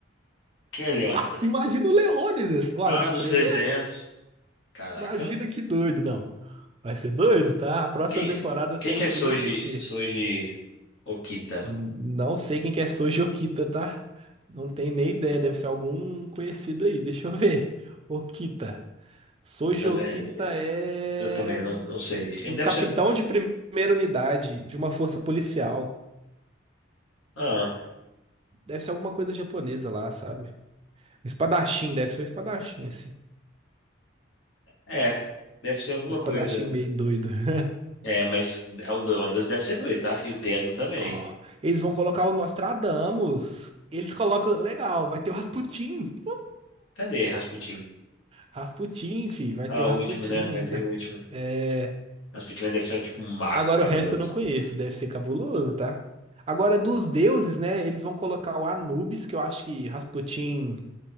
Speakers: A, on the left; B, on the right.
A: quem é Leônidas.
B: Nossa, imagina o Leônidas, vai,
A: Ah,
B: dos
A: dos
B: trezentos
A: 300, Caraca.
B: Imagina que doido, não. Vai ser doido, tá? A próxima
A: Quem
B: temporada
A: é?
B: tem
A: Quem que
B: tudo
A: é Soji,
B: a dizer.
A: Soji Okita?
B: N- Não sei quem que é Soji Okita, tá? Não tenho nem ideia, deve ser algum conhecido aí. Deixa eu ver. Okita. Soji
A: Eu também,
B: Okita é
A: eu também não, não sei. Ele
B: um
A: deve
B: capitão
A: ser.
B: de primeira unidade de uma força policial.
A: Ah,
B: Deve ser alguma coisa japonesa lá, sabe? Um espadachim, deve ser um espadachim, assim.
A: é. Deve ser alguma
B: Um espadachim
A: coisa.
B: meio doido. <laughs>
A: É, mas o Leônidas deve ser doido, tá? E o Tesla também.
B: Oh, eles vão colocar o Nostradamus. Eles colocam. Legal, vai ter o Rasputin.
A: Cadê Rasputin?
B: Rasputin, fi, vai
A: Ah,
B: ter o
A: o
B: Rasputin
A: último, né? Vai
B: ainda.
A: ter o último.
B: É,
A: Rasputin deve ser tipo um mago
B: Agora
A: cabuloso.
B: o resto eu não conheço, deve ser cabuloso, tá? Agora dos deuses, né? Eles vão colocar o Anubis, que eu acho que Rasputin